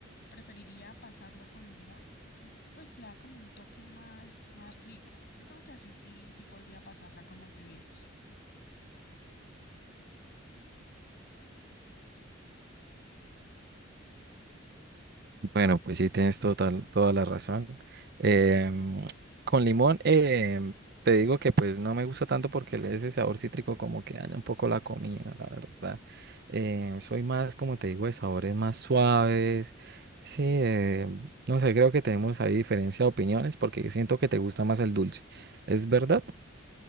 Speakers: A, on the left; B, on the right.
A: Preferiría pasarlo con limón, mm, pues le da como un toque más, más rico. Yo creo que así sí, sí podría pasarla con las bebidas.
B: Bueno, pues sí, tienes total, toda la razón. Em, con limón, em, te digo que pues no me gusta tanto porque le- ese sabor cítrico como que daña un poco la comida, la verdad. Em, soy más, como te digo, de sabores más suaves. Sí, em, no sé, creo que tenemos ahí diferencia de opiniones porque siento que te gusta más el dulce. ¿Es verdad?